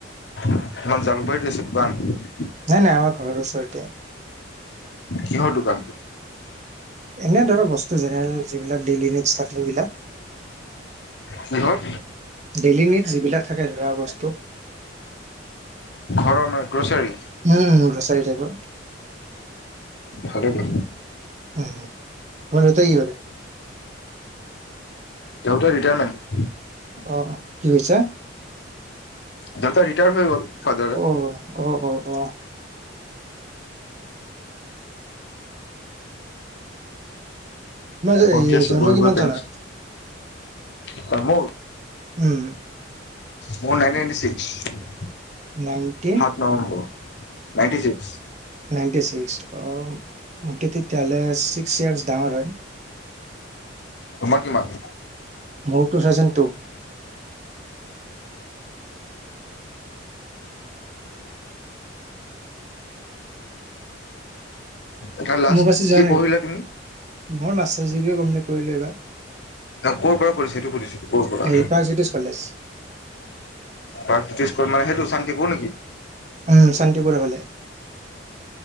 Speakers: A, on the left (about 60°); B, on the right (about 35°).
A: <unintelligible>
B: নাই - নাই আমাৰ ঘৰৰ ওচৰতে।
A: কিহৰ দোকান?
B: এনে ধৰ বস্তু জেনেৰেল যিবিলাক ডেইলিটছ থাকে সেইবিলাক।
A: কি হ'ল?
B: ডেইলি নিড যিবিলাক থাকে ধৰা বস্তু।
A: ঘ মানে গ্ৰছাৰী
B: উম উম গ্ৰচাৰী টাইপৰ
A: ভাল দ।
B: উ মতে কৰে
A: দেউতাৰ ৰিটায়াৰমেণ্ট।
B: অ কি কৈছে?
A: দেউতা ৰিটায়াৰ হৈ গ'ল। ফাদাৰে
B: অ- অ - অ- অ। তোমাৰ
A: বহি
B: এই
A: আছো
B: জন্ম
A: বহি
B: কিমান
A: বহি পেনচ
B: চনত
A: তামোল।
B: উম,
A: মোৰ নাইন নাইনটি ছিক্স।
B: নাইনন্টিন।
A: সাত November ninety six.
B: Ninety six অ টোটেল লেচ ছিক্স ইয়াৰছ ডাঙৰ হয়।
A: তোমাৰ কিমান?
B: মৰটো চাচোন তু
A: এটা লাষ্ট
B: মোৰ বাছি
A: কি
B: যোৱা নাই
A: পঢ়িলা তুমি?
B: মোৰ মাষ্টাৰছ ডিগ্ৰী কৰিম বুলি কৰিলো এইবাৰ। এই
A: ক'ৰ পৰা কৰিছা সেইটো সুধিছো ক'ৰ পৰা
B: প্ৰাগজ্যোতিষ কলেজ।
A: প্ৰিছ কৰি মানে সেইটো শান্তি পূৰ নেকি?
B: উম, শান্তিপুৰ হলে।